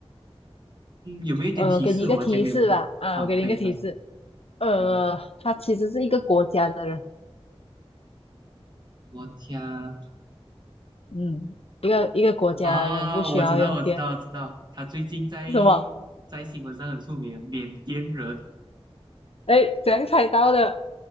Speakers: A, on the right; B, on the left.
A: 嗯，有没有一点提示？
B: 呃，给你一个提示吧，
A: 我完全没有做啊，
B: 啊，我给你一个提示，
A: 可以来
B: 呃，
A: 来吧。
B: 他其实是一个国家的人，
A: 我家
B: 嗯，一个一个国家的人不需要用电，
A: 啊，我知道，我知道，我知道，他最近在
B: 什么？
A: 在新闻上很出名，缅甸人，
B: 哎，怎样猜到的？